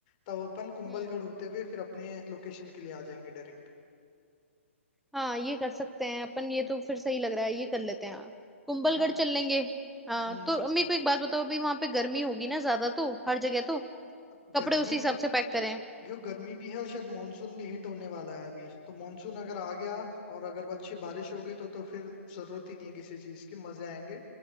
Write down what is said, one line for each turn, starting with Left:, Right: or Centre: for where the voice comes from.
Left: तब अपन कुंभलगढ़
Centre: हम्म
Left: होते हुए फिर अपने लोकेशन के लिए आ जाएंगे डायरेक्ट
Centre: हाँ ये कर सकते हैं अपन ये तो फिर सही लग रहा है ये कर लेते हैं हाँ कुंभलगढ़
Left: है ना
Centre: चल लेंगे हाँ
Left: हम्म
Centre: तो मेरे को एक बात बताओ अभी वहां पे गर्मी होगी ना ज्यादा तो हर जगह तो
Left: अब
Centre: कपड़े
Left: गर्मी
Centre: उसी हिसाब
Left: तो
Centre: से पैक करें
Left: क्यों गर्मी भी है और शायद मानसून भी हिट होने वाला है अभी तो मानसून अगर आ गया और अगर अच्छी बारिश हो गई तो तो फिर जरूरत ही नहीं है किसी चीज की मजे आएंगे